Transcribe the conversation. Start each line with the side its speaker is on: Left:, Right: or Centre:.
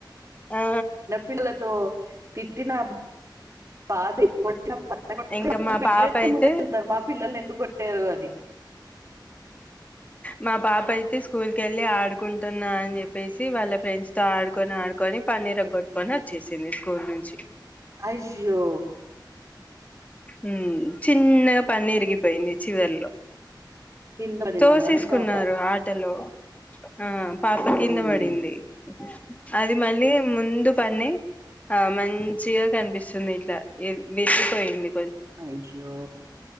Left: ఆ
Right: పిల్లతో తిట్టిన బాదే <unintelligible> కొ
Left: ఇంకా మా
Right: పేరెంట్స్
Left: పాప అయితే
Right: ముందు వెళ్తారు మా పిల్లలని ఎందుకు కొట్టారు అని
Left: మా పాప అయితే స్కూల్ కి వెళ్ళి ఆడుకుంటున్నా అని చెప్పేసి వాళ్ళ ఫ్రెండ్స్ తో ఆడుకొని ఆడు కొని పన్ను ఇరగ కొట్టుకొని వచ్చేసింది స్కూల్ నుంచి
Right: అయ్యో
Left: ఉ చిన్నగా పన్ను ఇరిగిపోయింది చివరిలో
Right: కింద పడిందా
Left: తోసేసుకున్నారు
Right: మేడం పాప?
Left: ఆటలో ఆ పాప
Right: హ్మ్.
Left: కింద పడింది అది మళ్ళీ ముందు పని ఆ మంచిగా కనిపిస్తుంది ఇట్ల విరిగి పోయింది
Right: అఐో